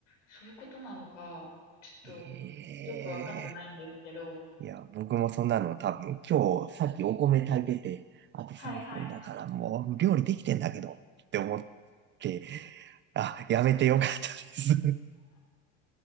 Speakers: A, on the left (about 80°); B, on the right (about 35°).
A: そういうことなのか、ちょっと
B: え
A: よくわかってないんですけど、
B: え。いや、僕もそんなの多分今日さっきお米炊いてて、あと3分だからもう料理できてんだけどって思って、
A: はいはい。
B: あ、やめてよかったです。